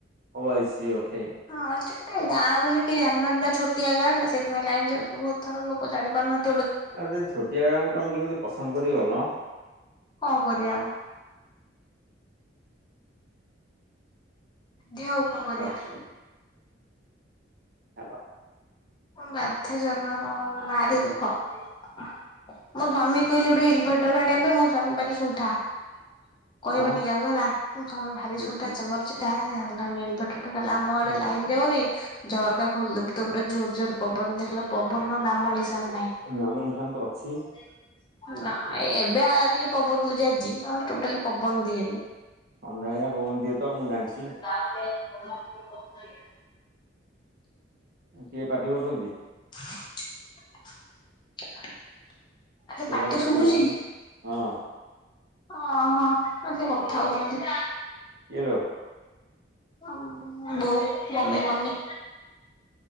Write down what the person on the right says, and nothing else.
ଓ ଆଇସି ଓକେ
ଆ ସେ ଛୋଟିଆ ଗାଁଙ୍କୁ ତମେ କେମିତି ପସନ୍ଦ କର ଗଲ
ଛାଡ଼, ହଲ
ଆଉ
ଉଁ,
ଏହେ,
ଁମଁ ନିଶାନ୍ତ ଅଛି
ସନ୍ଧ୍ୟା ଭଳିଆ ବୋନ ଦିଏ ତ ମୁଁ ଜାଣିଛି
କିଏ ପାଟି କରୁଛନ୍ତି
କିଏ
ଜଣ ପାର୍ଟି
କରୁଛନ୍ତି ହଁ
କଲୋ